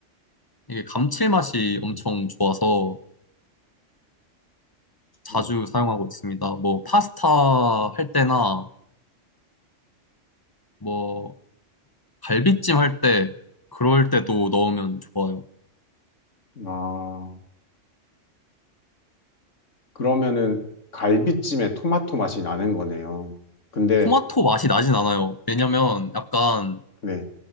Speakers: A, on the left; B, on the left.
A: 이게 감칠맛이
B: 음,
A: 엄청 좋아서 자주
B: 음.
A: 사용하고 있습니다. 뭐, 파스타 할 때나 뭐, 갈비찜 할 때, 그럴 때도 넣으면 좋아요.
B: 아, 그러면은 갈비찜에 토마토 맛이 나는 거네요. 근데,
A: 토마토 맛이 나진 않아요. 왜냐면 약간
B: 네,